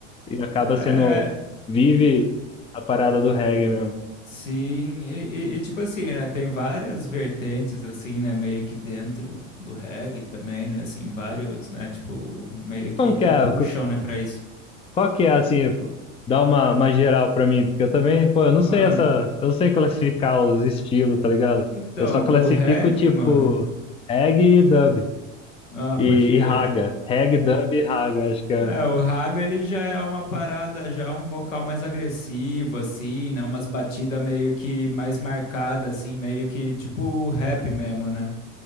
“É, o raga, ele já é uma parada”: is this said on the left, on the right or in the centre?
Left